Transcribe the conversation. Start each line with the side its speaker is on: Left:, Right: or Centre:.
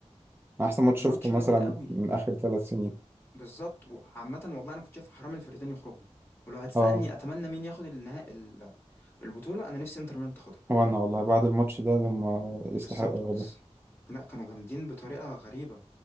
Right: أحسن ماتش
Left: الماتش
Right: شفته مثلا
Left: جامد قوي
Right: من آخر ثلاث سنين
Left: بالظبط وعامة والله أنا كنت شايف حرام الفرقتين يخرجوا ولو هتسألني
Right: اه
Left: أتمنى مين ياخد النهائي ال- البطولة أنا نفسي إنتر ميلان تاخدها
Right: وانا والله بعد الماتش ده لما يستحق
Left: بالظبط
Right: ده
Left: لا كانوا جامدين بطريقة غريبة